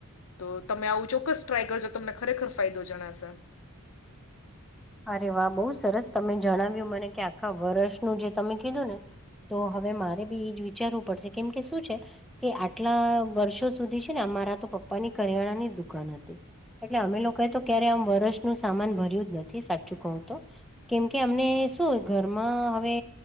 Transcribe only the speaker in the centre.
અરે વાહ બહુ સરસ. તમે જણાવ્યું મને કે આખા વર્ષનું જે તમે કીધું ને. તો હવે મારે બી એ જ વિચારવું પડશે, કેમ કે શું છે? કે આટલા વર્ષો સુધી છે ને, અમારા તો પપ્પાની કરિયાણાની દુકાન હતી. એટલે અમે લોકોએ તો ક્યારે આમ વરષનું સામાન ભર્યું જ નથી સાચું કહું તો. કેમ કે અમને શું હોય ઘરમાં હવે